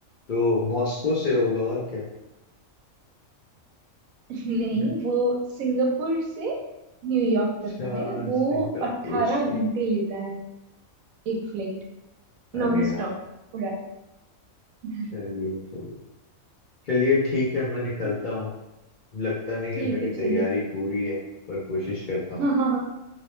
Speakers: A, on the left; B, on the right.
A: तो मॉस्को से होगा और क्या
B: <laughs> नहीं
A: अच्छा
B: वो सिंगापुर से न्यूयॉर्क तक
A: सिंगापुर
B: का है वो अट्ठारह
A: से
B: घंटे लेता है एक फ्लाइट नॉन
A: अरे यार
B: स्टॉप उड़ा ठीक
A: चलिए चलिए चलिए ठीक है मैं निकलता
B: है
A: हूँ लगता नहीं
B: ठीक
A: है मेरी
B: है
A: तैयारी
B: चलिए
A: पूरी है पर कोशिश करता हूँ
B: हाँ हाँ हाँ